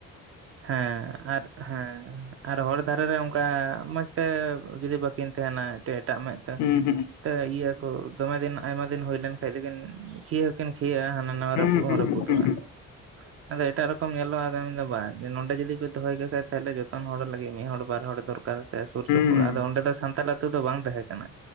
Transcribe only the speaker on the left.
ᱦᱩᱸ ᱦᱩᱸ
ᱦᱩᱸ
ᱦᱩᱸ
ᱦᱩᱸ
ᱦᱩᱸ
ᱦᱩᱸ